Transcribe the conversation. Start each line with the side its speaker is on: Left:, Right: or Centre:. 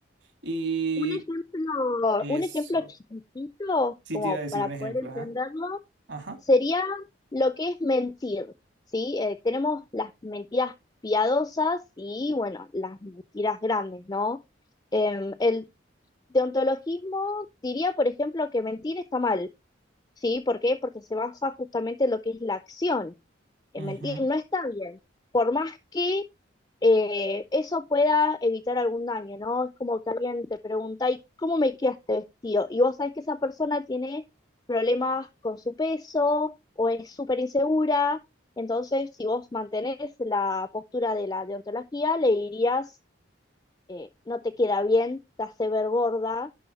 Right: Y
Left: Un ejemplo,
Right: eso.
Left: un ejemplo chiquitito,
Right: Sí
Left: como
Right: te iba a decir
Left: para
Right: un
Left: poder
Right: ejemplo,
Left: entenderlo,
Right: ajá. Ajá.
Left: sería lo que es mentir, ¿sí? Eh, tenemos las mentiras piadosas y, bueno, las mentiras grandes, ¿no? Eh, el deontologismo diría, por ejemplo, que mentir está mal, ¿sí? ¿Por qué? Porque se basa justamente en lo que es la acción. En
Right: ujú.
Left: mentir no está bien. Por más que eh, eso pueda evitar algún daño, ¿no? Es como que alguien te pregunta, ¿y cómo me queda este vestido? Y vos sabés que esa persona tiene problemas con su peso o es súper insegura, entonces si vos mantenés la postura de la deontología, le dirías eh, no te queda bien, te hace ver gorda,